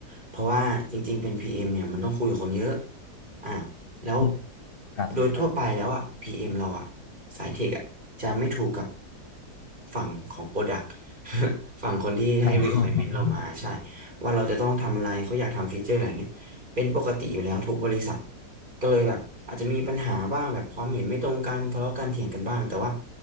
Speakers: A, on the right; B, on the left.
A: เพราะว่าจริงๆเป็น PM เอ็มเนี่ยมันต้องคุยกับคนเยอะอ่ะแล้ว
B: อืมครับ
A: โดยทั่วไปแล้วอ่ะ PM เอ็มเราอ่ะสายเทคอ่ะจะไม่ถูกกับฝั่งของ Product <laughs> ฝั่งคนที่ให้
B: ออ
A: requirement เรามาใช่ว่าเราจะต้องทำอะไรเขาอยากทำฟีเจอร์อะไรเงี้ยเป็นปกติอยู่แล้วทุกบริษัท ก็เลยแบบอาจจะมีปัญหาบ้างแบบความเห็นไม่ตรงกันทะเลาะกันเถียงกันบ้างแต่ว่า